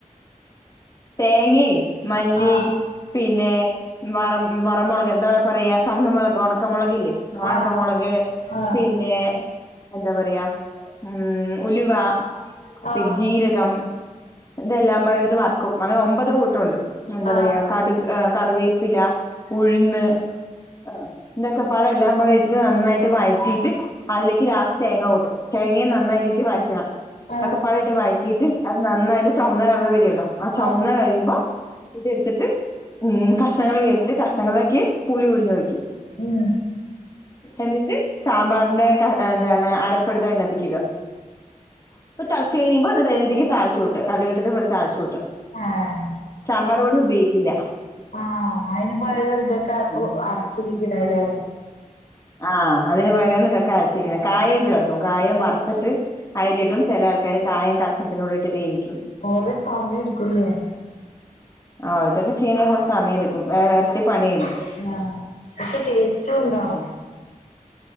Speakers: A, on the left; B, on the left.
A: തേങ്ങിം മല്ലീ
B: ആഹ്
A: പിന്നെ വറം വറമുളക് എന്താ വടെ പറയാ ചുവന്തമുളക് ഉണക്കമുളക് ല്ലേ ഒണക്കമുളക്
B: ആഹ് ആഹ്
A: പിന്നെ എന്താ പറയാ ഉം ഉലുവ
B: ആഹ്
A: പെരുംജീരകം ഇതെല്ലാം പാടെ ഇട്ത്ത് വറക്കും അങ്ങനെ ഒമ്പത് കൂട്ടോണ്ട് എന്താ
B: ആഹ് ആഹ്
A: പറയാ കടു കറിവേ പ്പില ഉഴുന്ന് അഹ് ഇതൊക്കെപാടെ എല്ലാം പാടെ ഇട്ടിട്ട് നന്നായിട്ട് വയറ്റീട്ട് അതിലേക്ക് ലാസ്റ്റ് തേങ്ങ കൂട്ടും തേങ്ങയും നന്നായിട്ടിട്ട് വയറ്റണം
B: ആഹ് ആഹ്
A: ഒക്കെ പാടെ ഇട്ട് വയറ്റിട്ട് അത് നന്നായിട്ട് ചൊമന്ന കളറ് വരൊല്ലോ ആ ചൊമന്ന്
B: ആഹ്
A: കഴിയുമ്പം ഇതെടുത്തിട്ട് ഉം കഷ്ണങ്ങൾ വേവിച്ചിട്ട് കഷ്ണങ്ങളാക്കി പുളി പുഴിഞ്ഞു ഒഴിയ്ക്കും.
B: ഊം
A: എന്നിട്ട് സാമ്പാറിന്റെ എന്താണ് അരപ്പെടുത്ത് അതിനാത്തേക്കിട അപ്പം തളച്ച് കഴിയുമ്പം ഒന്ന് വെന്തിങ്കി താളിച്ചു കൂട്ട കടുകിട്ടിട്ട് താളിച്ച് കൂട്ട
B: ആഹ്
A: സാമ്പാർ പൊടി ഉപയോഗിക്കില്ല
B: ആഹ് അയ്ന് പകരം ഇതൊക്കെ
A: ഉം
B: അരച്ചിരിക്ക്ണേ ലേ
A: ആഹ് അതിന് പകരാണ് ഇതൊക്കെ അരച്ചിരിക്ക്ണത് കായവും ചേർക്കും കായം വർത്തിട്ട് അയ്ലിടും ചെല ആൾക്കാര് കായം കഷ്ണത്തിൻ്റൂടെ ഇട്ട് വേവിക്കും
B: കൊറെ സമയം എടുക്കും ല്ലേ
A: ആഹ് ഇതൊക്കെ ചെയ്യണേ കൊർച്ച് സമയെടുക്കും എരട്ടി പണേണ്
B: ആഹ് പക്ഷെ ടേസ്റ്റൂണ്ടാവും
A: <inaudible>